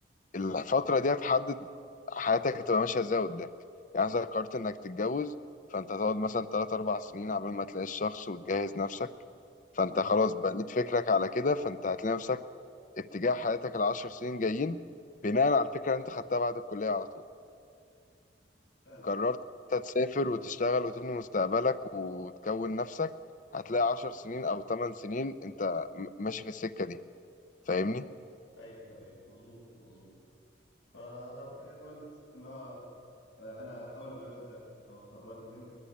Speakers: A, on the left; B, on the left.
A: الفترة دي هتحدد حياتك هتبقى ماشية ازاي قدام يعني إذا قررت انك تتجوز فانت هتقعد مثلا تلات أربع سنين عبال ما تلاقي الشخص وتجهز نفسك فانت
B: امم
A: خلاص بنيت فكرك على كده فانت هتلاقي نفسك اتجاه حياتك العشر سنين جايين بناء على الفكرة اللي انت خدتها بعد الكلية على طول
B: فعلا
A: قررت انت تسافر وتشتغل وتبني مستقبلك وتكون نفسك هتلاقي عشر سنين أو تمن سنين انت م- ماشي في السكة دي فاهمني؟
B: ايوه ايوه مظبوط مظبوط فانا ب- إيه قلت ان هو آه، انا اولى بالوقت ده لو اتخرجت هنا